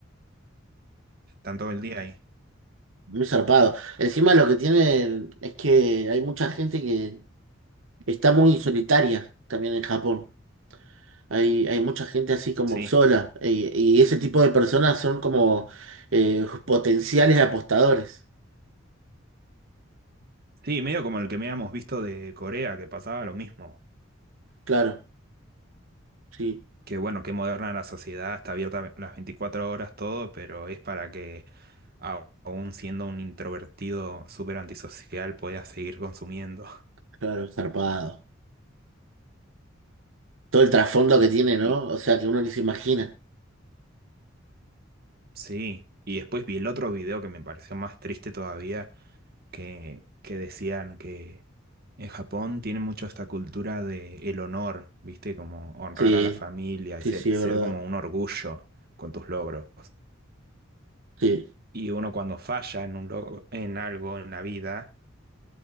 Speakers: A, on the right; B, on the right.
A: Están todo el día ahí.
B: Muy zarpado. Encima lo que tiene es que hay mucha gente que está muy solitaria también en Japón. Hay, hay mucha gente así como
A: Sí,
B: sola. Y, y ese tipo de personas son como eh, potenciales apostadores.
A: sí, medio como el que habíamos visto de Corea, que pasaba lo mismo.
B: Claro, sí,
A: que bueno, qué moderna la sociedad, está abierta las 24 horas todo, pero es para que a- aún siendo un introvertido súper antisocial puedas seguir consumiendo.
B: claro, zarpado. Todo el trasfondo que tiene, ¿no?
A: Y
B: O sea, que uno ni se imagina.
A: Sí, y después vi el otro video que me pareció más triste todavía, que, que decían que en Japón tienen mucho esta cultura de el honor, ¿viste? Como honrar
B: Sí,
A: a la familia
B: sí,
A: y ser,
B: sí,
A: ser
B: es verdad.
A: como un orgullo con tus logros.
B: Sí,
A: Y uno cuando falla en un logro, en algo en la vida,